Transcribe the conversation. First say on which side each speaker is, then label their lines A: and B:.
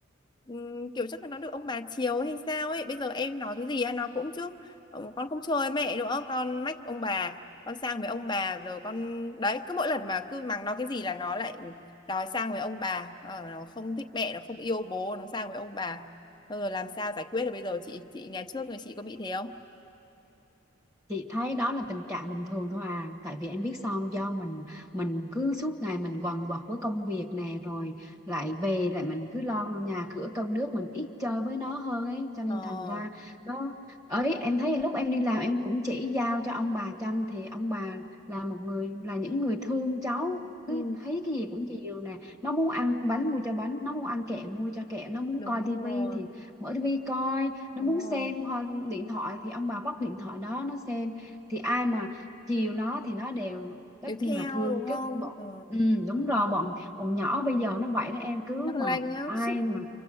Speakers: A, on the left (about 20°); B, on the right (about 15°).
A: ừm, kiểu chắc là nó được ông bà chiều hay sao ấy. Bây giờ em nói cái gì ăn nó cũng chứ. Ờ, Con không chơi với mẹ nữa, con mách ông bà con sang với ông bà rồi con đấy cứ mỗi lần mà cứ mắng nó cái gì là nó lại đòi sang với ông bà ờ, nó không thích mẹ nó không yêu bố nó sang với ông bà ờ, làm sao giải quyết được bây giờ chị chị nhà trước rồi chị có bị thế không
B: chị thấy đó là tình trạng bình thường thôi à tại vì em biết sao không? do mình mình cứ suốt ngày mình quằn quật với công việc nè rồi lại về lại mình cứ lo nhà cửa cơm nước mình ít chơi với nó hơn ấy cho nên
A: ờ
B: thành ra nó ấy em thấy lúc em đi làm em cũng chỉ giao cho ông bà chăm thì ông bà là một người là những người thương cháu cứ
A: ừ,
B: thấy cái gì cũng chiều nè nó muốn ăn bánh mua cho bánh nó muốn ăn kẹo mua cho kẹo nó muốn
A: đúng
B: coi tivi
A: rồi
B: thì mở tivi coi nó
A: đúng
B: muốn
A: rồi
B: xem hoa- điện thoại thì ông bà vắt điện thoại đó nó xem thì ai mà chiều nó thì nó đều tất
A: Tiếp
B: nhiên
A: theo
B: là thương
A: đúng không
B: cái bọn
A: ừ,
B: ừ, đúng rồi bọn bọn nhỏ bây giờ nó vậy đó em cứ
A: nó lanh
B: mà
A: lắm
B: ai mà